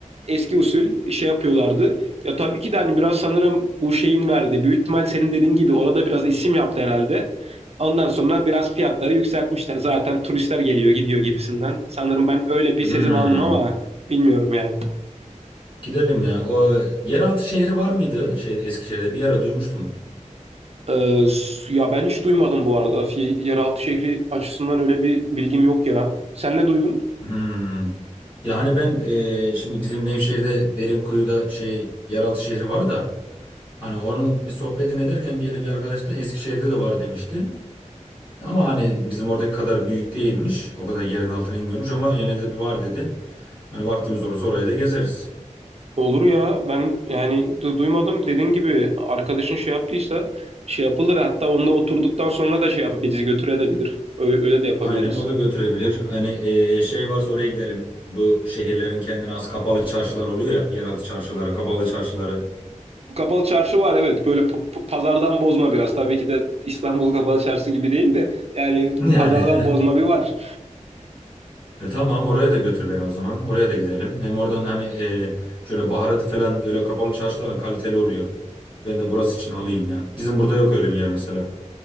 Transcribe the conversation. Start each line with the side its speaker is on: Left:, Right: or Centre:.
Right: eski usul şey yapıyorlardı. Ya tabii ki de hani biraz sanırım bu şeyin verdi. Büyük ihtimal senin dediğin gibi orada biraz isim yaptı herhalde. Ondan sonra biraz fiyatları yükseltmişler. Zaten turistler geliyor gidiyor gibisinden. Sanırım ben öyle bir
Left: Hmm.
Right: sezim aldım ama bilmiyorum yani.
Left: Gidelim ya. O e, yeraltı şehri var mıydı? Şey Eskişehir'de bir ara duymuştum.
Right: Ee, s- ya ben hiç duymadım bu arada. Fi- Yeraltı şehri açısından öyle bir bilgim yok ya. Sen ne duydun?
Left: Hmm. Yani ben e, şimdi bizim Nevşehir'de Derinkuyu'da şey yeraltı şehri var da hani onun bir sohbetini ederken bir yere bir arkadaş da Eskişehir'de de var demişti. Ama hani bizim oradaki kadar büyük değilmiş. O kadar yerin altına inmiyormuş ama yine de bir var dedi. Hani vaktimiz olursa oraya da gezeriz.
Right: Olur ya ben yani du- duymadım dediğin gibi arkadaşın şey yaptıysa şey yapılır hatta onunla oturduktan sonra da şey yapıp bizi götürebilir. Öyle, öyle de yapabiliriz.
Left: Aynen o da götürebilir. Hani e, şey varsa oraya gidelim. Bu şehirlerin kendine has kapalı çarşılar oluyor ya. Yeraltı çarşıları, kapalı çarşıları.
Right: Kapalı çarşı var evet böyle p- p- pazardan bozma biraz tabii ki de İstanbul Kapalı Çarşı gibi değil de yani
Left: Yani.
Right: pazardan
Left: <laughs>
Right: bozma bir var.
Left: E tamam oraya da götür beni o zaman. Oraya da gidelim. Hem oradan hani e, şöyle baharatı falan öyle kapalı çarşıların kaliteli oluyor. Ben de burası için alayım ya. Bizim burada yok öyle bir yer mesela.